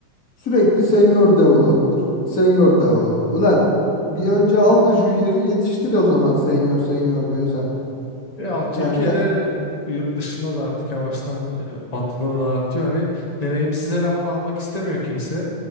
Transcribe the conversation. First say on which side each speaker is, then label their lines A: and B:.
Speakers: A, on the left; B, on the left.
A: Sürekli senior developer, senior developer. Ulan bir önce al da junior'ı yetiştir o zaman senior senior diyorsan.
B: Ya Türkiye'de
A: Yani ne,
B: yurt dışında da artık yavaştan e, batıda da artıyor hani deneyimsiz eleman almak istemiyor kimse.